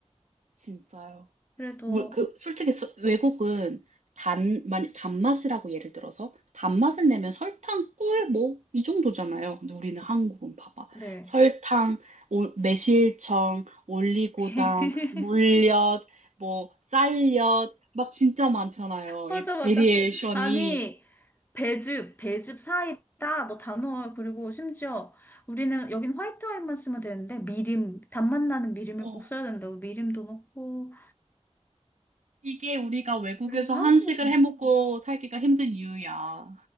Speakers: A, on the right (about 80°); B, on the left (about 15°).
A: 진짜요.
B: 그래도
A: 우- 그 솔직히 수- 외국은 단, 만 단맛이라고 예를 들어서 단맛을 내면 설탕, 꿀, 뭐 이 정도잖아요. 근데 우리는 한국은 봐봐.
B: 네.
A: 설탕, 올- 매실청, 올리고당,
B: <laughs>
A: 물엿, 뭐 쌀엿 막 진짜 많잖아요.
B: 맞아,
A: 이
B: 맞아.
A: 베리에이션이
B: 아니, 배즙, 배즙 사이다, 뭐 단호할, 그리고 심지어 우리는 여긴 화이트 와인만 쓰면 되는데, 미림, 단맛 나는 미림을
A: 어,
B: 꼭 써야 된다고, 미림도 넣고,
A: 이게 우리가 외국에서
B: 그래서
A: 한식을
B: 한국 음식.
A: 해 먹고 살기가 힘든 이유야.